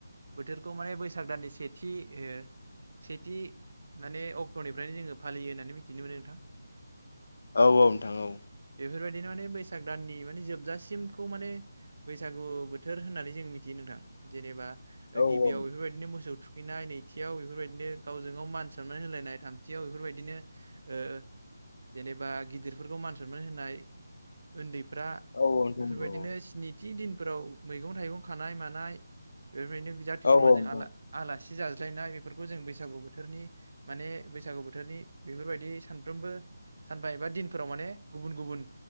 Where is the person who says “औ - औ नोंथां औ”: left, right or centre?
Left